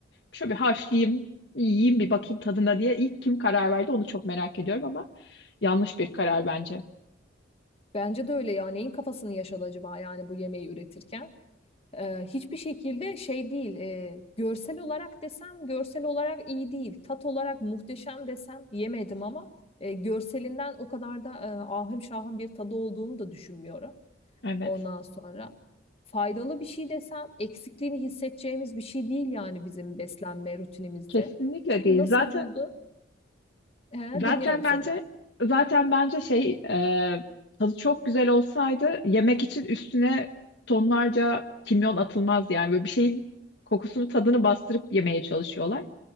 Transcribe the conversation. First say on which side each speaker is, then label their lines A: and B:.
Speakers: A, on the left; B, on the left.
A: Şöyle bir haşlayayım, yiyeyim bir bakayım tadına diye ilk kim karar verdi onu çok merak ediyorum ama yanlış bir karar bence.
B: Bence de öyle ya. Neyin kafasını yaşadı acaba yani bu yemeği üretirken? Ee, hiçbir şekilde şey değil. e, görsel olarak desem görsel olarak iyi değil. Tat olarak muhteşem desem yemedim ama e, görselinden o kadar da e, ahım şahım bir tadı olduğunu da düşünmüyorum.
A: Evet.
B: Ondan sonra faydalı bir şey desem eksikliğini hissedeceğimiz bir şey değil yani bizim beslenme rutinimizde.
A: Kesinlikle
B: Kim
A: değil.
B: nasıl
A: Zaten
B: buldu? He,
A: zaten
B: dinliyorum
A: bence
B: seni ben.
A: zaten bence şey e, tadı çok güzel olsaydı yemek için üstüne tonlarca kimyon atılmaz yani böyle bir şeyin kokusunu tadını bastırıp yemeye çalışıyorlar.